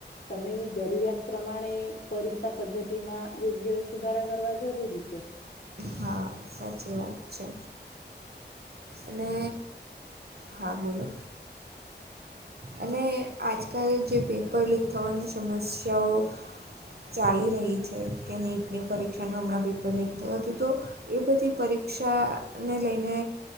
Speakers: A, on the left; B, on the right.
A: સમયની જરૂરિયાત પ્રમાણે પરીક્ષા પદ્ધતિ માં યોગ્ય સુધારા કરવા જરૂરી છે
B: હા સાચી વાત છે અને હા બોલો અને આજકાલ જે પેપર લીક થવાની સમસ્યાઓ ચાલી રહી છે કે નીટની પરીક્ષાનું હમણાં પેપર લેક થયું હતું તો એ બધી પરીક્ષાને લઈને